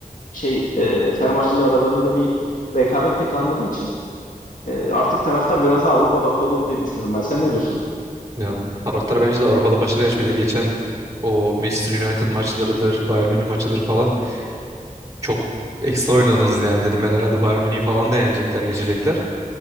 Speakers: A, on the left; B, on the right.
A: şey e, Fenerbahçe ile aralarında bir rekabet de kalmadığı için e, artık taraftar biraz daha Avrupa odaklı olur diye düşünüyorum ben. Sen ne diyorsun?
B: ya, taraftar bence de Avrupa'da başarı yaş bir de geçen o Manchester United maçlarıdır, Bayern Münih maçıdır falan çok ekstra oynadınız yani dedim ben herhalde Bayern Münih'i falan da yenecekler, geçecekler.